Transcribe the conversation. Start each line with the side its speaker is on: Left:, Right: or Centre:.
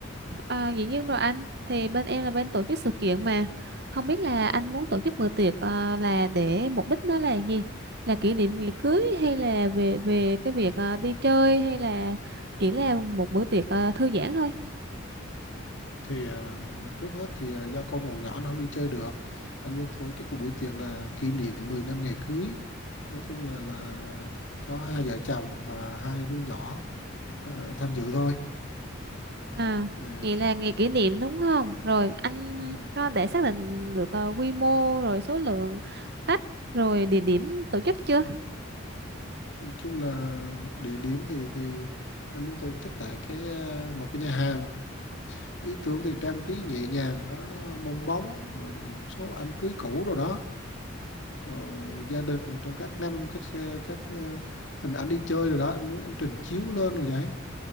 Right: À, dĩ nhiên rồi anh thì bên em là bên tổ chức sự kiện mà không biết là anh muốn tổ chức bữa tiệc ờ, là để mục đích nó là gì là kỷ niệm ngày cưới hay là về về cái việc ờ, đi chơi hay là chỉ là một bữa tiệc ờ, thư giãn thôi
Left: Thì à, trước hết thì à, do con còn nhỏ nó không đi chơi được, anh muốn tổ chức một buổi tiệc là kỷ niệm 10 năm ngày cưới. Nói chung là là có hai vợ chồng và hai đứa nhỏ à, tham dự thôi.
Right: à
Left: Ờ,
Right: vậy là ngày kỷ niệm đúng không rồi anh
Left: Ừ.
Right: có để xác định được ờ, quy mô rồi số lượng khách rồi địa điểm tổ chức chưa
Left: chung là địa điểm thì thì anh muốn tổ chức tại cái à, một cái nhà hàng ý tưởng thì trang trí nhẹ nhàng có bong bóng rồi một số ảnh cưới cũ rồi đó rồi gia đình trong các năm các xe các ờ, hình ảnh đi chơi rồi đó anh muốn em trình chiếu lên rồi vậy